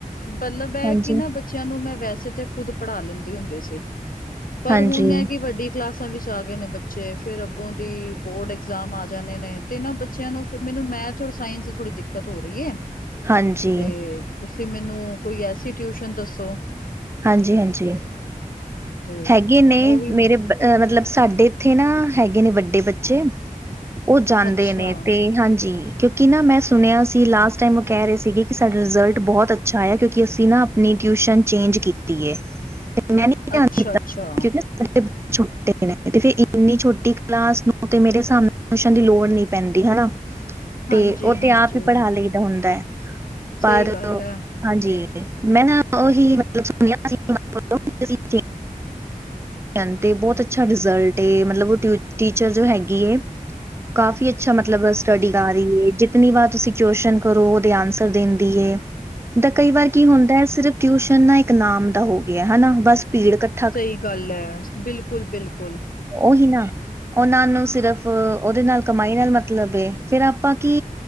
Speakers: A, on the left; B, on the right.
A: ਪਹਲੈ ਬੈ
B: ਹਾਂਜੀ
A: ਕੇ ਨਾ ਬਚ ਬੱਚਿਆਂ ਨੂੰ ਮੈਂ ਵੈਸੇ ਤਾਂ ਖੁਦ ਪੜ੍ਹਾ ਲੈਂਦੀ ਹੁੰਦੀ ਸੀ ਪਰ
B: ਹਾਂਜੀ
A: ਹੁਨ ਐ ਕਿ ਵੱਡੀ ਕਲਾਸਾਂ ਵਿੱਚ ਆ ਗਏ ਨੇ ਬੱਚੇ ਫੇਰ ਅੱਗੋਂ ਦੀ ਬੋਰਡ ਐਗਜ਼ਾਮ ਆ ਜਾਨੇ ਨੇ ਤੇ ਨਾਂ ਬਚ ਬੱਚਿਆਂ ਨੂੰ, ਫਿਰ ਮੈਨੂੰ ਮੈਥ ਔਰ ਸਾਇੰਸ ਥੋੜੀ ਦਿੱਕਤ ਹੋ ਰਹੀ ਏ
B: ਹਾਂਜੀ
A: ਤੇ ਤੁਸੀਂ ਮੈਨੂੰ ਕੋਈ ਐਸੀ ਟਿਊਸ਼ਨ ਦੱਸੋ
B: ਹਾਂਜੀ ਹਾਂਜੀ,
A: ਤੇ
B: ਹੈਗੇ ਨੇ
A: ਉਹੀ
B: ਮੇਰੇ ਬ ਅ ਮਤਲਬ ਸਾਡੇ ਇੱਥੇ ਨਾ ਹੈਗੇ ਨੇ ਵੱਡੇ ਬੱਚੇ ਉਹ ਜਾਂਦੇ
A: ਅੱਛਾ,
B: ਨੇ ਤੇ ਹਾਂਜੀ ਕਿਉਂ ਕਿ ਨਾ ਮੈਂ ਸੁਨਿਆ ਸੀ ਲਾਸਟ ਟਾਈਮ ਉਹ ਕਹਿ ਰਹੇ ਸੀਗੇ ਕਿ ਸਾਡਾ ਰਿਜ਼ਲਟ ਬਹੁਤ ਅੱਛਾ ਆਇਆ ਕਿਉਂਕਿ ਅਸੀਂ ਨਾ ਨੀ ਟਿਊਸ਼ਨ ਚੇਂਜ ਕੀਤੀ ਏ ਤੇ ਮੈਂ ਨੀ ਧਿਆਨ
A: ਅੱਛਾ,
B: ਦਿੱਤਾ
A: ਅੱਛਾ
B: ਕਿਓਕੀ <unintelligible> ਫਿਰ ਇੰਨੀ ਛੋਟੀ ਕਲਾਸ ਨੂੰ ਤੇ ਮੇਰੇ ਸਾਮਣੇ। ਟੂਸ਼ਣ ਦੀ ਲੋੜ ਨੀ ਪੈਂਦੀ ਹੈਨਾ
A: <inaudible>
B: ਤੇ ਉਹ
A: ਹਾਂਜੀ।
B: ਤੇ ਆਪ ਹੀ ਪੜ੍ਹਾ ਲਈ ਹੁੰਦਾ ਹੈ ਪਰ
A: ਸਹੀ ਗੱਲ ਹੈ,
B: ਹਾਂਜੀ ਮੈਂ ਨਾ ਉਹੀ <unintelligible> ਕਹੰਦੇ ਬਹੁਤ ਅੱਛਾ ਰਿਜ਼ਲਟ ਏ ਮਤਲਬ ਉਹ ਟਓ ਟੀਚਰ ਜੋ ਹੈਗੀ ਏ ਕਾਫੀ ਅੱਛਾ ਮਤਲੱਬ ਸਟੱਡੀ ਕਰਾ ਰਈ ਏ ਜਿਤਨੀ ਵਾਰ ਤੁਸੀਂ ਕਯੂਸ਼ਣ ਕਰੋ ਉਹਦੇ ਆਂਸਰ ਦੇੰਦੀ ਏ ਹੁਨ ਤਾਂ ਕਈ ਵਾਰ ਕੀ ਹੁੰਦਾ ਹੈ ਸਿਰਫ ਟਿਊਸ਼ਨ ਨਾ ਇੱਕ ਨਾਮ ਦਾ ਹੋ ਗਿਆ ਹੈਨਾ ਬਸ ਭੀੜ ਕਠ
A: ਸਹੀ ਗੱਲ ਐ ਬਿਲਕੁਲ-ਬਿਲਕੁਲ
B: ਉਹਹੀ ਨਾ ਓਨਾਂ ਨੂੰ ਸਿਰਫ ਉਹਦੇ ਨਾਲ ਕਮਾਈ ਨਾਲ ਮਤਲੱਬ ਏ ਫਿਰ ਆਪਾਂ ਕੀ